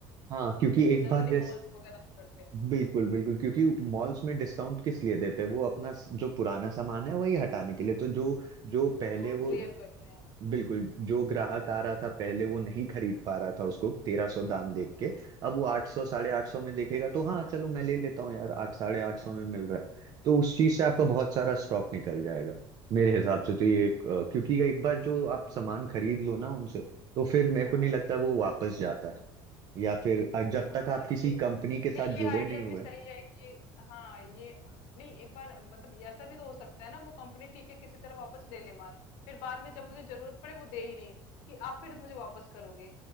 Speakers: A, on the right; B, on the left.
A: हाँ क्योंकि
B: जैसे
A: एक
B: जनरली
A: बात जैसे
B: मॉल्स वगैरह में करते हैं,
A: बिल्कुल बिल्कुल क्योंकि मॉल्स में डिस्काउंट किस लिए देते हैं वो अपना स- जो पुराना सामान है वही हटाने के लिए तो जो जो
B: स्टॉक
A: पहले वो
B: क्लियर करते हैं वो।
A: बिल्कुल जो ग्राहक आ रहा था पहले वो नहीं खरीद पा रहा था उसको तेरह सौ दाम देख के अब वो आठ सौ साढ़े आठ सौ में देखेगा तो हाँ चलो मैं ले लेता हूँ यार आठ साढ़े आठ सौ में मिल रहा है तो उस चीज से आपका बहुत सारा स्टॉक निकल जाएगा मेरे हिसाब से तो ये एक अ, क्योंकि ये एक बार जो आप सामान खरीद लो ना उनसे तो फिर मेरे
B: हाँ।
A: को नहीं लगता वो वापस जाता है या फिर अ, जब
B: हाँ
A: तक आप किसी
B: ये
A: कंपनी के साथ
B: नहीं ये
A: जुड़े
B: आइडिया
A: नहीं
B: भी
A: हुए
B: सही है कि हाँ ये नहीं एक बार मतलब ये ऐसा भी तो हो सकता है ना वो कंपनी ठीक है किसी तरह वापस ले ले माल फिर बाद में जब मुझे जरूरत पड़े वो दे ही नहीं कि आप फिर मुझे वापस करोगे